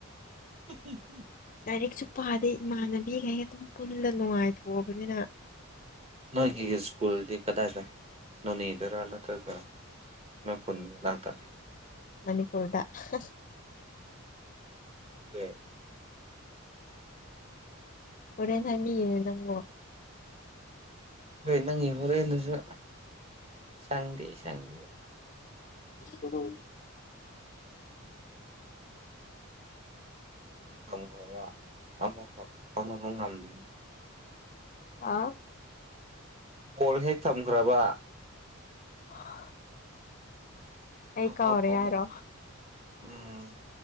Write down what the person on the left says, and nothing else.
ꯂꯥꯏꯔꯤꯛꯁꯨ ꯄꯥꯗꯦ ꯏꯃꯥꯟꯅꯕꯤꯈꯩ ꯑꯗꯨꯝ ꯄꯨꯜꯂ ꯅꯨꯡꯉꯥꯏꯊꯣꯛꯑꯕꯅꯤꯅ
ꯃꯅꯤꯄꯨꯔꯗ ꯍ
ꯍꯣꯔꯦꯟ ꯍꯥꯏꯕꯤꯒꯦꯅꯦ ꯅꯪꯕꯣ
<inaudible>
ꯑꯥ
<inaudible> ꯑꯩ
ꯀꯥꯎꯔꯦ
ꯍꯥꯏꯔꯣ